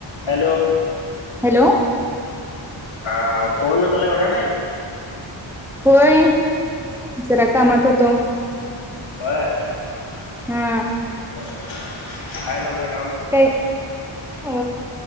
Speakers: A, on the left (about 70°); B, in the centre.
A: Hello <inaudible>
B: हॅ <unintelligible>
A: ह phone होताला एवढा टाईम <inaudible>
B: होय जरा कामात होतो
A: हो <unintelligible>
B: हा
A: बर खय झालंय जाम <unintelligible>
B: काय अ